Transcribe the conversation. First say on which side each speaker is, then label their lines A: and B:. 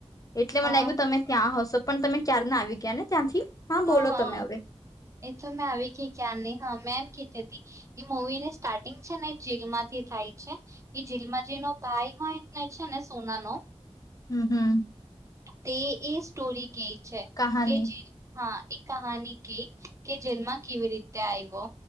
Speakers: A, on the left (about 30°); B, on the right (about 25°).
A: એટલે મને
B: હા
A: લાગ્યું તમે ત્યાં હશો પણ તમે ક્યાર ના આવી ગયા ને ત્યાંથી.
B: હા
A: બોલો
B: હ
A: તમે હવે
B: એ તો મે આવી ગી ક્યાર ની હા મે એમ કી કેતી એ મૂવી ની સ્ટાર્ટિંગ છે ને જેલમાંથી થાય છે. એ જેલમાં જેનો ભાઈ હોય ને છે ને સોના નો
A: હમ્મ હમ.
B: તે એ સ્ટોરી કેય છે
A: કહાની
B: કે જે હા એ કહાની કે કે જેલમાં કેવી રીત તે આવ્યો